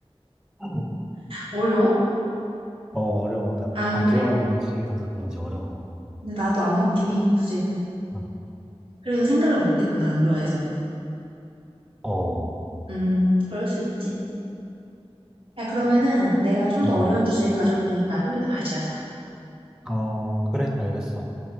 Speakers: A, in the centre; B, on the right (about 60°).
A: <laughs>
B: 어려워?
A: 어, 어려워. 나
B: 아,
A: 안
B: 그래?
A: 좋아하는 음식이라서 그런지 어려워.
B: 근데 나도 안 먹긴 해, 수제비.
A: 어,
B: 그래서 생각을 못 했구나, 안 좋아해서.
A: 어,
B: 음, 그럴 수 있지. 야, 그러면은 내가 좀
A: 음,
B: 더 어려운 주제 가져올 테니까 좀 이따 다시 하자.
A: 어, 그래, 알겠어.